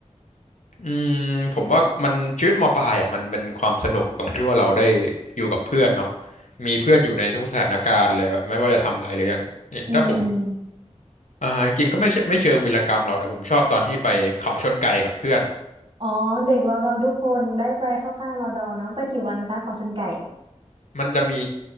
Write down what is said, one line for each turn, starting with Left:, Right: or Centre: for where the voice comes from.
Left: อืมผมว่ามันชีวิตมปลายอ่ะมันเป็นความสนุกตรงที่ว่าเราได้อยู่กับเพื่อนเนาะมีเพื่อนอยู่ในทุกสถานการณ์เลยแบบไม่ว่าจะทำอะไรเลยอย่างอย่างถ้าผม
Right: อืม
Left: อ่าจริงๆก็ไม่ใช่ไม่เชิงวีรกรรมหรอกแต่ผมชอบตอนที่ไปเขาชนไก่กับเพื่อน
Right: อ๋อเด็กรอดอทุกคนได้ไปเข้าค่ายรอดอเนาะไปกี่วันคะเขาชนไก่
Left: มันจะมี